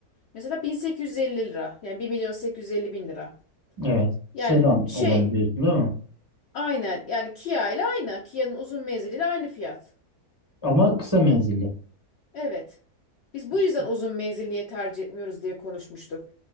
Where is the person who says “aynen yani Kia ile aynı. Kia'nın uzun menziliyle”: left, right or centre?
Left